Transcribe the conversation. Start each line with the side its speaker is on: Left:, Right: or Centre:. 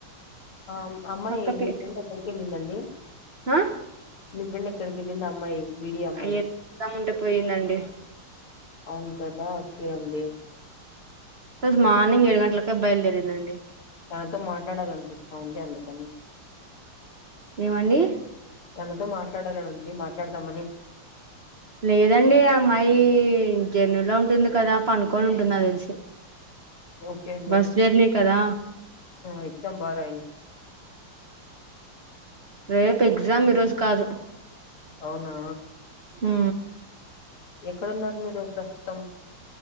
Left: ఆ అమ్మాయి
Right: అక్క పే
Left: మీ బ్రెండ్ ఎక్కడికి వెళ్ళిందండి
Right: ఆ
Left: మీ ఫ్రెండ్ ఇక్కడికి వెళ్ళి అమ్మాయి బీడీ అమ్మాయి
Right: అ ఉంట పోయిందండి
Left: అవును కదా ఓకే అండి
Right: రోజు మార్నింగ్ ఏడు గంటలకే బయలుదరిందండి
Left: తాతో మాట్లాడాలనిపిస్తా ఉంది అందుకని
Right: ఏమండి
Left: తనతో మాట్లాడాలని ఉంది మాట్లాడదామని
Right: లేదండి అమ్మాయి జర్నీలో ఉంటుంది కదా పనుకొని ఉంటుంద తెలిసి
Left: ఓకే
Right: బస్ జర్నీ కదా
Left: ఈజీ బాగా రాయి
Right: రేపు ఎగ్జామ్ ఈరోజు కాదు
Left: అవునా
Right: ఆ
Left: ఎక్కడున్నారు మీరు ప్రస్తుతం